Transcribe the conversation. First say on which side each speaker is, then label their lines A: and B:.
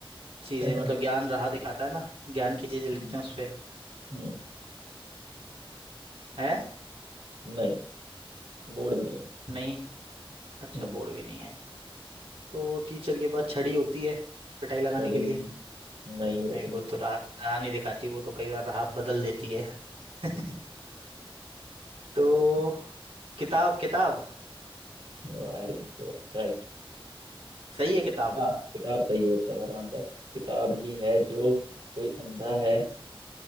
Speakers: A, on the right (about 80°); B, on the right (about 65°).
A: चीजें
B: <laughs>
A: मतलब ज्ञान राह दिखाता है ना ज्ञान की चीजें लिखते
B: हम्म
A: हैं उस पे
B: हम्म,
A: है
B: नहीं बोर्ड भी नहीं है
A: नहीं अच्छा
B: हम्म
A: बोर्ड भी नहीं है तो टीचर के पास छड़ी होती है पिटाई लगाने
B: छड़ी
A: के लिए
B: भी नहीं नहीं वो
A: नहीं
B: भी
A: वो
B: नहीं
A: तो
B: है
A: राह राह नहीं दिखाती वो तो कई बार राह बदल देती है <laughs> तो
B: <laughs>
A: किताब किताब
B: Very good right
A: सही है किताब
B: किताब किताब सही है इसका सारा आंसर किताब ही है जो कोई अंधा है